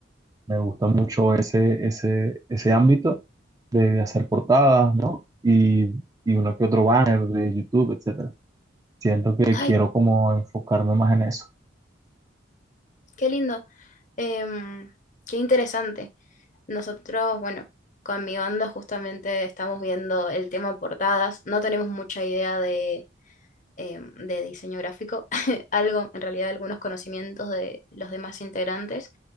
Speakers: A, on the right; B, on the left.
A: me gusta mucho ese, ese, ese ámbito de hacer portadas, ¿no? Y, y uno que otro banner de YouTube, etcétera. Siento que
B: ¡Ay,
A: quiero como enfocarme más en eso.
B: qué lindo! Em, qué interesante. Nosotros, bueno, con mi banda justamente estamos viendo el tema portadas. No tenemos mucha idea eh, de diseño gráfico, <laughs> algo, en realidad algunos conocimientos de los demás integrantes.